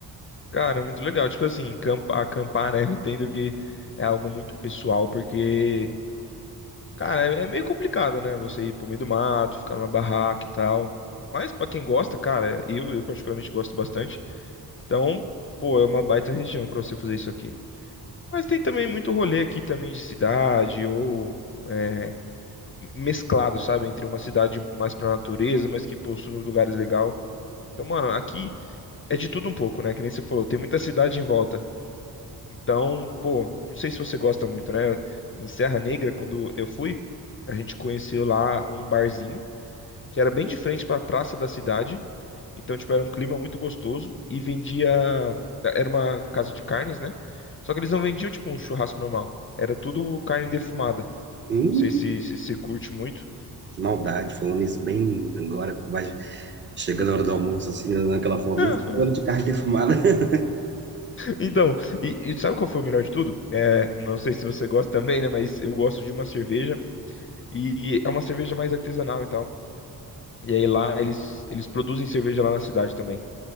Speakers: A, on the left; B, on the right.
A: Cara, muito legal. Tipo assim, campa- acampar, né? <laughs> Eu entendo que é algo muito pessoal, porque, cara, é é meio complicado, né? Você ir pro meio do mato, ficar numa barraca e tal. Mas pra quem gosta, cara, eu, eu particularmente gosto bastante. Então, pô, é uma baita região pra você fazer isso aqui. Mas tem também muito rolê aqui também de cidade ou é, mesclado, sabe? Entre uma cidade mais pra natureza, mas que possui uns lugares legal. Então, mano, aqui é de tudo um pouco, né? Que nem você falou, tem muita cidade em volta. Então, pô, não sei se você gosta muito, né? Em Serra Negra, quando eu fui, a gente conheceu lá um barzinho que era bem de frente pra praça da cidade. Então, tipo, era um clima muito gostoso e vendia. Era uma casa de carnes, né? Só que eles não vendiam, tipo, um churrasco normal. Era tudo carne defumada. Não
B: Hum,
A: sei se se você curte muito.
B: que maldade, falando isso bem agora, vai chegando a hora do almoço, assim, naquela forma,
A: <laughs>
B: isso, falando de carne defumada. <laughs>
A: Então, e, e sabe qual foi o melhor de tudo? É, não sei se você gosta também, né? Mas eu gosto de uma cerveja e, e é uma cerveja mais artesanal e tal. E aí lá eles, eles produzem cerveja lá na cidade também.